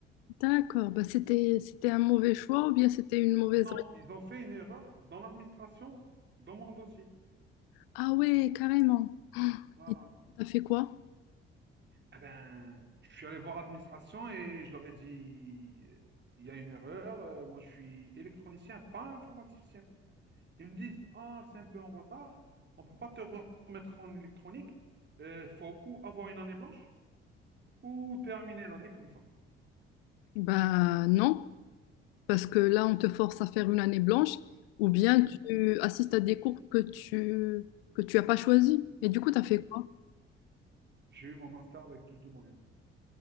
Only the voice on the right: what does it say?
Non,
ils ont fait une erreur dans l'administration dans mon dossier.
Voilà.
Eh ben, je suis allé voir l'administration et je leur ai dit, il y a une erreur, euh, moi je suis électronicien, pas informaticien. Ils me disent, ah, c'est un peu en retard, on ne peut pas te remettre en électronique, il faut ou avoir une année blanche ou terminer l'année comme ça.
Mhm.
Oui.
J'ai eu mon master avec 12 de moyenne.